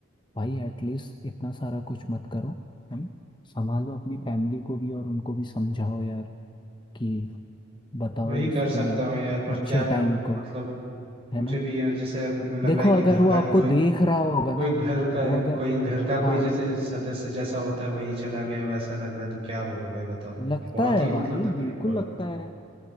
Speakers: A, on the left; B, on the right.
A: भाई एटलीस्ट इतना सारा कुछ मत करो है ना संभालो अपनी फैमिली को भी और उनको भी समझाओ यार कि बताओ
B: वही कर
A: उसके
B: सकता हूँ यार पर
A: अच्छे
B: क्या
A: टाइम
B: करूँ
A: को
B: मतलब मुझे
A: है ना
B: भी ये जैसे अपने लग
A: देखो
B: रहा है कि
A: अगर
B: घर
A: वो
B: का
A: आपको
B: ही कोई
A: देख रहा होगा
B: कोई
A: ना
B: घर का
A: वो अगर
B: कोई घर का कोई
A: हाँ
B: जैसे
A: हाँ
B: सदस्य जैसा होता है वही चला गया वैसा लग रहा है तो क्या बोलूं भाई बताओ
A: लगता
B: बहुत
A: है
B: ही मतलब
A: भाई
B: तकलीफ
A: बिल्कुल
B: हो रहा
A: लगता
B: है
A: है